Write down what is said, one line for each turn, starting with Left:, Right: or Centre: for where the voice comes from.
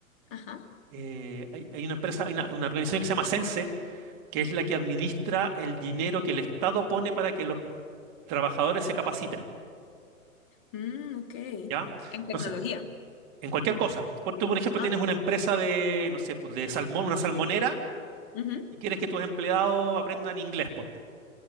Left: Ajá.
Right: Eh, hay, hay una empresa, hay una, una organización que se llama Sense, que es la que administra el dinero que el Estado pone para que los trabajadores se capaciten.
Left: Mm, ok.
Right: ¿Ya?
Left: En
Right: Entonces,
Left: tecnología.
Right: En cualquier cosa. Por, tú, por ejemplo,
Left: Ah,
Right: tienes una empresa de, no sé, pues de salmón, una salmonera,
Left: ujú.
Right: y quieres que tus empleados aprendan inglés, ponte.